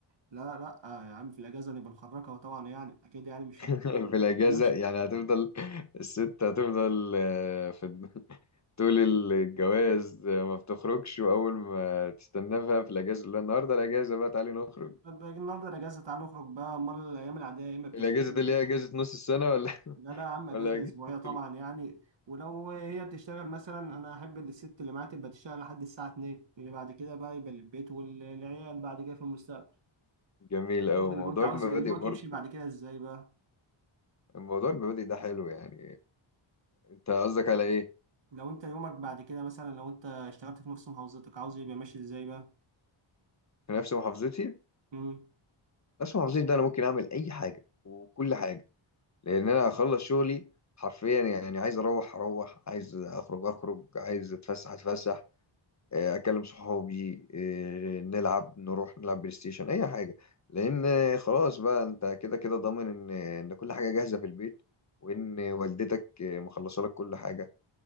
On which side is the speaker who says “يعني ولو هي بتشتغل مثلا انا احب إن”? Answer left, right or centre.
Right